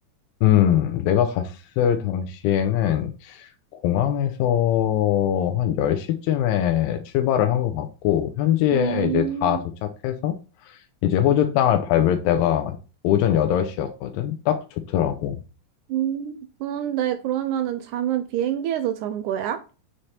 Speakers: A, on the left; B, on the right.
A: 음, 내가 갔을 당시에는 공항에서 한 10시쯤에 출발을 한 것 같고, 현지에
B: 음,
A: 이제 다 도착해서 이제 호주 땅을 밟을 때가 오전 8시였거든? 딱 좋더라고.
B: 음, 그런데 그러면은 잠은 비행기에서 잔 거야?